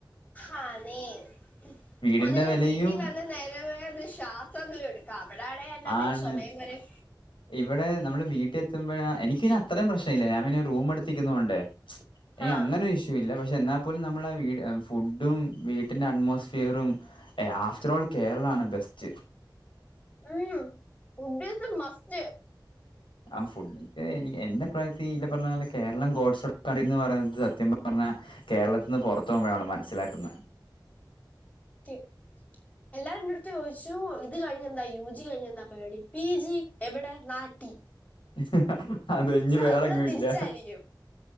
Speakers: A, on the left; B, on the left.
A: <inaudible>
B: വീടിന്റെ
A: ഒന്നില്ലേ
B: വിലയും
A: വീട്ടിൽ വന്ന് നേരെ ഒന്ന് ശ്വാസെങ്കിലും എടുക്കാം അവിടാണെ എൻ്റമ്മേ
B: ആണ്
A: ചൊമേം കൊരേം
B: ഇവിടെ നമ്മള് വീട്ടില എത്തുമ്പോഴ എനക്ക് അത്രയും പ്രശ്നല്ല ഞാൻ പിന്നെ റൂം എടുത്തിക്കുന്നോണ്ട്.
A: ആഹ്
B: അങ്ങനൊ ഇഷ്യൂ ഇല്ല പക്ഷെ എന്നാ പോലും നമ്മള വീട് ഫുഡും വീട്ടിന്റെ അറ്റ്മോസ്ഫിയറും ആഫ്റ്റർ ഓൾ കേരളാണ് ബെസ്റ്റ് <inaudible>
A: ഉം ഫുഡീ മസ്റ്റ്
B: ആ ഫുഡെനി എന്റെ പ്രായത്തി ഇ പറഞ്ഞോലെ കേരളം ഗോഡ്സ് കറി എന്ന് പറയുന്നത് സത്യം പറഞ്ഞ കേരളത്തി നിന്ന് പൊറത്ത് പോകുമ്പോഴ മനസ്സിലാക്കുന്നത്.
A: ത്യം എല്ലാറ്റിൻ്റെടുത്ത് ചോദിച്ചു ഇത് കഴിഞ്ഞ എന്താ യു ജി കഴിഞ്ഞ എന്താ പരിപാടി പി ജി എവിടെ നാട്ടി
B: <inaudible>
A: സാധാരണ
B: വേറെങ്ങും
A: തിരിച്ചായിരിക്കും
B: ഇല്ല